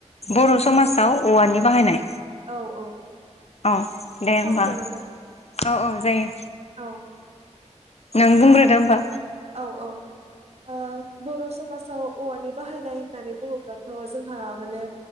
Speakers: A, on the left (about 60°); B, on the right (about 60°).
A: बर समाजाव औवानि बाहायनाय
B: औ औ
A: औ दे होमबा
B: सावरायजागोन ना
A: औ औ जायो
B: औ
A: नों बुंग्रोदो
B: ओ
A: होमबा
B: औ औ ओ बर समाजाव औवानि बाहायनाय होननानै बुङोब्लाथ जोंहा माने